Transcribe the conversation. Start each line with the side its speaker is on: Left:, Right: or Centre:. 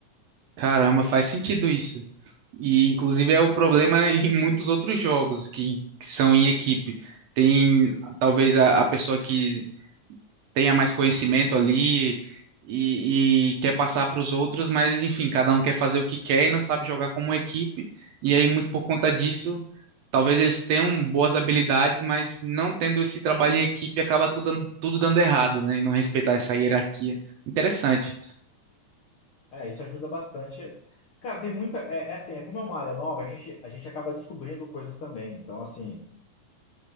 Right: Caramba, faz sentido isso. E inclusive é o problema <laughs> em muitos outros jogos que, que são em equipe. Tem talvez a, a pessoa que tenha mais conhecimento ali e, e quer passar para os outros, mas enfim, cada um quer fazer o que quer e não sabe jogar como equipe. E aí, muito por conta disso, talvez eles tenham boas habilidades, mas não tendo esse trabalho em equipe acaba tudo, dando- tudo dando errado, né? E não respeitar essa hierarquia. Interessante.
Left: É, isso ajuda bastante. Cara, tem muita. É, é assim, é como é uma área nova, a gente, a gente acaba descobrindo coisas também. Então, assim,